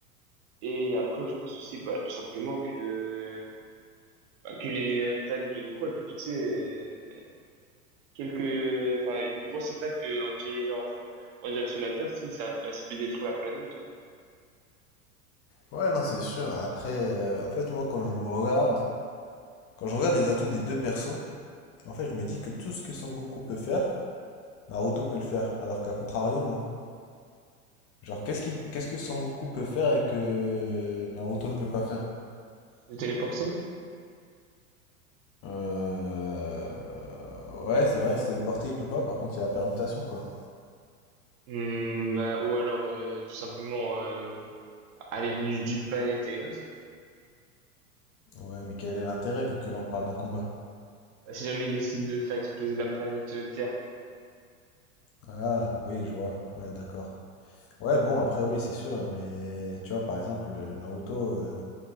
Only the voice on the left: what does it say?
Ouais, non, c'est sûr. Après, euh, en fait, moi, quand je regarde, quand je regarde les atouts des deux persos, En fait, je me dis que tout ce que Son Goku peut faire, Naruto peut le faire, alors qu'à contrario, non. Genre, qu'est-ce qu'il- qu'est-ce que Son Goku peut faire et que Naruto ne peut pas faire?
Euh, Ouais, c'est vrai, se téléporter, il peut pas, par contre, il a la permutation, quoi.
Ouais, mais quel est l'intérêt, vu que là, on parle d'un combat?
Ah, oui, je vois. Ouais, d'accord. Ouais, bon, après, oui, c'est sûr, mais tu vois, par exemple, Naruto, euh, en